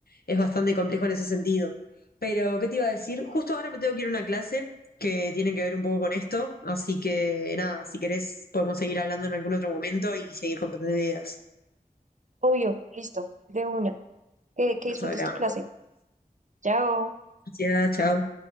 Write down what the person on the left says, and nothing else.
es bastante complejo en ese sentido. Pero, ¿qué te iba a decir? Justo ahora me tengo que ir a una clase que tiene que ver un poco con esto, así que nada, si querés podemos seguir hablando en algún otro momento y seguir compartiendo ideas.
Nos
hablamos.
Gracias, chao.